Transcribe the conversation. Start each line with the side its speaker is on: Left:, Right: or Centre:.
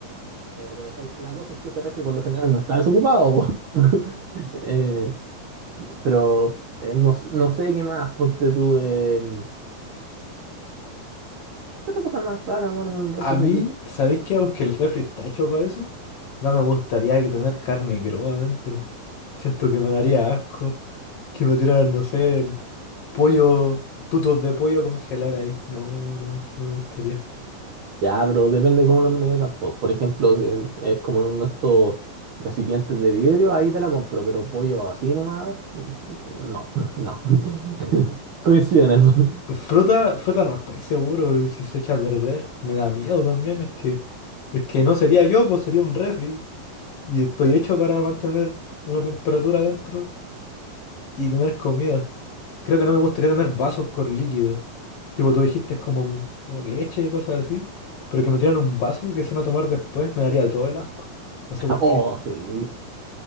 Right: Eh, pero, eh, la cosa es que ese refri por lo general no está desocupado. po. <laughs> Eh, pero eh, no, sé- no sé qué más, ponte tú. Eh, ¿qué otra cosa más rara, bueno, en el refri?
Left: A mí, ¿sabéis que aunque el refri está hecho para eso, no me gustaría que tener carne cruda adentro? Siento que me daría asco, que me tiraran, no sé, el pollo, tutos de pollo a congelar ahí. No, no, no me gustaría.
Right: Ya, pero depende cómo los metas. po. Por ejemplo, si es como en uno de estos recipientes de vidrio, ahí te la compro, pero pollo así nomás, no, <laughs> no. <laughs> Coincide en eso. <laughs>
Left: Fruta, fruta no estoy seguro si se echa a perder. Me da miedo también, es que, es que no sería yo, pues sería un refri. Y estoy hecho para mantener una temperatura adentro y tener comida. Creo que no me gustaría tener vasos con líquidos. Tipo, tú dijiste es como como leche, y cosas así. Pero que me tiran un vaso que se van a tomar después me daría todo el asco. No sé por
Right: Oh,
Left: qué.
Right: sí.